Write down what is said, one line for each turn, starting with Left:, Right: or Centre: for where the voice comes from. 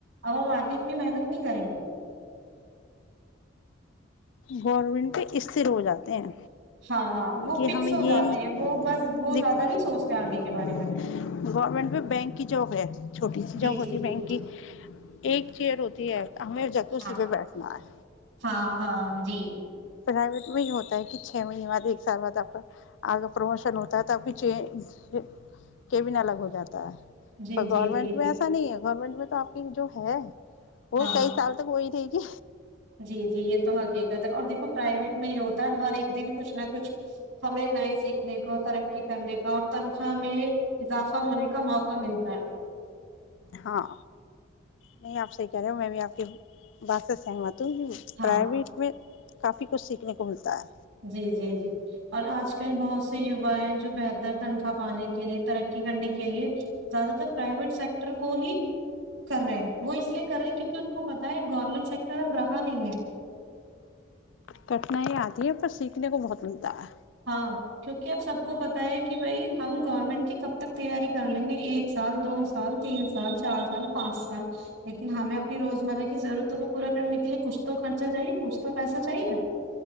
Right: اب ہم آگے اتنی محنت نہیں کریں گے
Left: گورنمنٹ پ استر ہو جاتے ہیں
Right: ہاں وہ
Left: کہ
Right: فکس
Left: ہمیں
Right: ہو
Left: یہ
Right: جاتے ہیں وہ بس وہ
Left: دیک
Right: زیادہ
Left: گورورنمنٹ
Right: نہیں سوچتے آگے کے بارے میں
Left: میں بینک کی جاب ہے چھوٹی سی
Right: جی
Left: جاب ہوتی
Right: جی جی
Left: بینک کی ایک چیئر ہوتی ہے ہ جہ اسی
Right: ہاں
Left: پہ بیٹھنا ہے
Right: ہاں ہاں جی
Left: پرائیویٹ میں ہی ہوتا ہے کہ چھ مہینے بعد ایک سال بعد آپ کا آگ پرموشن ہوتا ہے تو اب بھی چ کیبن الگ ہو جاتا ہے
Right: جی
Left: پر
Right: جی
Left: گورنمنٹ
Right: جی
Left: میں
Right: جی
Left: ایسا نہیں ہے گورنمنٹ میں تو آپ کی جو ہے وہ
Right: ہاں
Left: کئی سال تک وہئی رہے گی
Right: جی جی یہ تو حقیق اور دیکھو پرائویٹ میں یہ ہوتا ہے ہر ایک دن کچھ نہ کچھ ہمیں نئے سیکھنے کو ترقی کرنے کا اور تنخواہ میں اضافہ ہونے کا موقع ملتا ہے
Left: ہاں نہیں آپ سےی کہہ رہے ہو میں بھی آپ کی بات سے سہمت ہوں تو
Right: ہاں
Left: پررویٹ میں کافی کچھ سیکھنے کو ملتا ہے
Right: جی جی جی اور آج کل بہت سے یوا ہیں جو بہتر تنخواہ پانے کے لیے ترقی کرنے کے لیے زیادہ تر پرائیویٹ سیکٹر کو ہی کر رہے ہیں وہ اس لیے کر رہے ہیں کیونکہ ان کو پتہ ہے گورنمنٹ سیکٹر اب رہا نہیں ہے
Left: کٹھنائی آتی ہے پر سیکھنے کو بہت ملتا ہے
Right: ہاں کیونکہ اب سب کو پت ہے کہ بھائی ہم گورنمنٹ کی کب تک تیاری کر لیں گے ایک سال دو سال تین سال چار سال پانچ سال لیکن ہمیں اپنی روزمرہ کی ضرورتوں کو پورا کرنے کے لیے کچھ تو خرچہ چاہیے کچھ تو پیسہ چاہیے